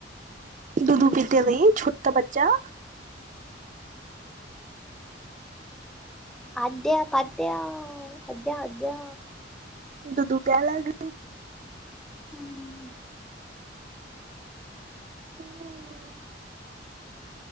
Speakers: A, in the centre; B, on the right (about 45°).
A: हम्म
B: दुदु पीते बई छोटा बच्चा.
A: आद्या फाद्या, आद्या आद्या.
B: दुदु प्यायला लागलं
A: हम्म
B: <inaudible>